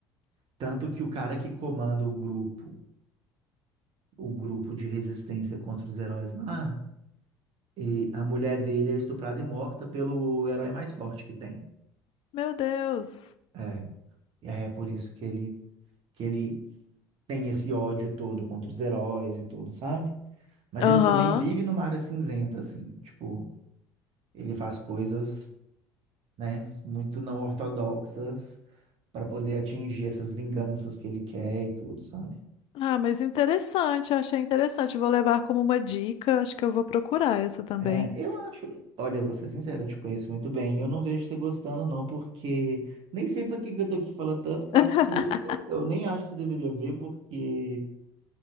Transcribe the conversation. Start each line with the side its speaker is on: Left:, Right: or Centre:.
Right: Tanto que o cara que comanda o grupo, o grupo de resistência contra os heróis lá, e a mulher dele é estuprada e morta pelo herói mais forte que tem.
Left: Meu Deus.
Right: É, e aí é por isso que ele, que ele tem esse ódio todo contra os heróis e tudo, sabe? Mas
Left: Aham.
Right: ele também vive numa área cinzenta, assim, tipo, ele faz coisas. né? Muito não ortodoxas para poder atingir essas vinganças que ele quer e tudo, sabe?
Left: Ah, mas interessante, eu achei interessante. Vou levar como uma dica, acho que eu vou procurar essa também.
Right: É, eu acho, olha, vou ser sincero, eu te conheço muito bem, e eu não vejo você gostando não, porque nem sei para que que eu tô aqui falando tanto, que
Left: <laughs>
Right: eu acho que eu nem acho que você deveria ver, porque